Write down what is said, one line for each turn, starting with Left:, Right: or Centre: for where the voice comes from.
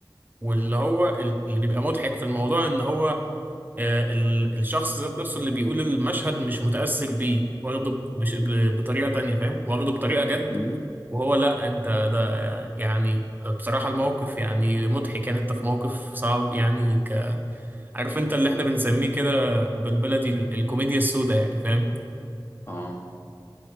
Right: واللي هو ال- اللي بيبقى مضحك في الموضوع ان هو آه، ال- الشخص ذات نفسه اللي بيقول المشهد مش متأثر بيه واخده بش... ب... بطريقة تانية فاهم واخده بطريقة جد
Left: <laughs> مم.
Right: وهو لا انت ده آه، يعني بصراحة الموقف يعني مضحك يعني انت في موقف صعب يعني عارف انت اللي احنا بنسميه كده بالبلدي ال- الكوميديا السوداء يعني فاهم
Left: اه